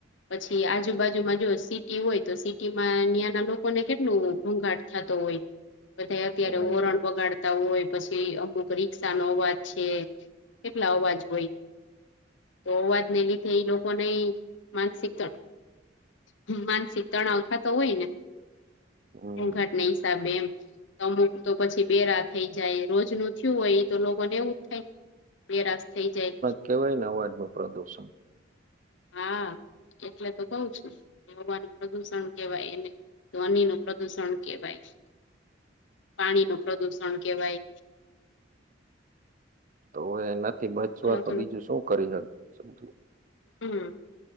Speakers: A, on the left (about 75°); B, on the right (about 45°).
A: પછી આજુબાજુમાં જો સિટી હોય તો સિટીમાં ત્યાંના લોકોને કેટલું ઘોંઘાટ થાતો હોય બધા અત્યારે
B: હમ
A: વાતાવરણ બગાડ તા હોય પછી અમુક રીક્ષાનો અવાજ છે, કેટલા અવાજ હોય તો અવાજ ને લીધે એ લોકોની માનસિક ત માનસિક તણાવ થતો હોય ને
B: હમ
A: ઘોંઘાટને હિસાબે એમ અમુક તો પછી બેરા થઈ જાય રોજ નુ થયું હોય તો લોકો ને એવું જ થાય બહેરાશ થઈ જાય
B: કહેવાય ને અવાજ નું પ્રદૂષણ
A: હા એટલે તો કઉ છું હવાનું પ્રદુષણ કહેવાય એને ધ્વનિનું પ્રદુષણ કહેવાય પાણીનું પ્રદુષણ કહેવાય
B: તો એનાથી બચવા
A: અલગ
B: તો બીજું
A: અલગ
B: શું કરી હક શકીએ?
A: હમમ.